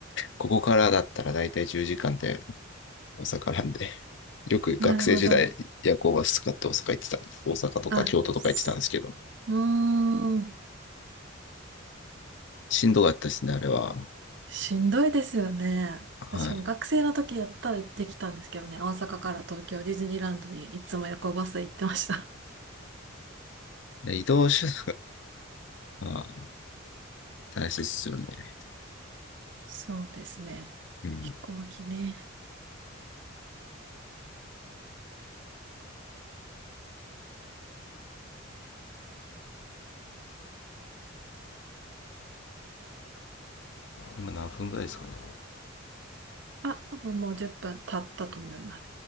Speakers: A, on the left; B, on the right.
A: ここからだったら大体10時間で大阪なんで。よく学生時代夜行バス使って大阪行ってたんです。
B: なるほど。
A: 大阪とか京都とか行ってたんですけど。
B: あ、すうーん。
A: しんどかったですね、あれは。
B: しんどいですよね。
A: は
B: 私も学生の時やったら行ってきたんですけどね、大阪から東京ディズニーランドにいつも夜行バスで行ってました。
A: い。で移動手段が、まあ、大切ですよね。
B: そうですね。
A: うん。
B: 飛行機ね。
A: 今何分ぐらいですかね。
B: あ、多分もう10分経ったと思います。